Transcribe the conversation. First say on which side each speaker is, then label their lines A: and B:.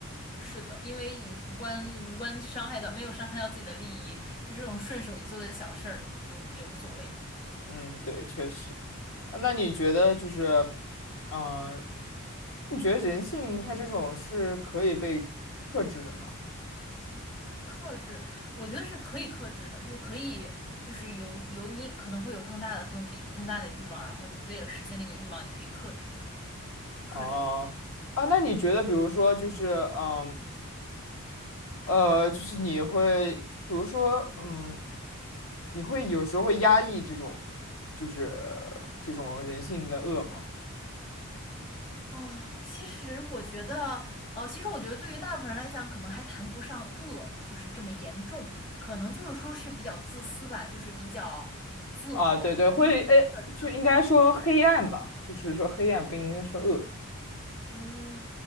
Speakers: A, on the left (about 35°); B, on the left (about 65°).
A: 是的，因为无关无关伤害到，没有伤害到自己的利益，就这种顺手一做的小事儿，就也无所谓嘛。
B: 嗯，对，确实。啊那你觉得就是，嗯、你觉得人性它这种是可以被克制的吗？
A: 克制，我觉得是可以克制的，就是可以，就是有有你可能会有更大的动力，更大的欲望，然后你为了实现那个欲望，你可以克制克制自己。
B: 哦，啊，那你觉得，比如说，就是，嗯，呃，就是你会，就比如说，嗯，你会有时候会压抑这种，就是这种人性的恶吗？
A: 啊，其实我觉得，呃，其实我觉得对于大部分人来讲，可能还谈不上恶，就是这么严重，可能就是说是比较自私吧，就是比较以自我为中心的这样子。
B: 啊，对对，会，哎，就应该说黑暗吧，就是说黑暗不应该说恶。
A: 嗯，